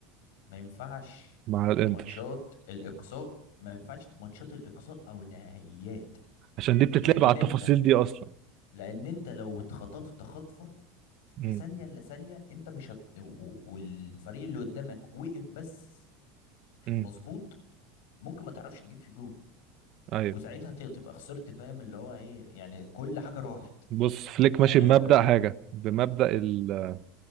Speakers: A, on the left (about 80°); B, on the right (about 35°).
A: ما ينفعش
B: مع الانتر
A: في ماتشات الإقصاء ما ينفعش في ماتشات الإقصاء أو النهائيات
B: عشان دي بتتلعب
A: لأن
B: على التفاصيل
A: انت
B: دي اصلا
A: لأن انت لو اتخطفت خطفة
B: م-
A: في ثانية إلا ثانية انت مش هت... و- و- والفريق اللي قدامك وقف بس
B: م.
A: مظبوط ممكن ما تعرفش تجيب فيه جول
B: ايوه
A: وساعتها ت- تبقى خسرت فاهم اللي هو ايه يعني كل حاجة راحت
B: بص فليك
A: يعني
B: ماشي بمبدأ
A: لو الف...
B: حاجه بمبدأ ال...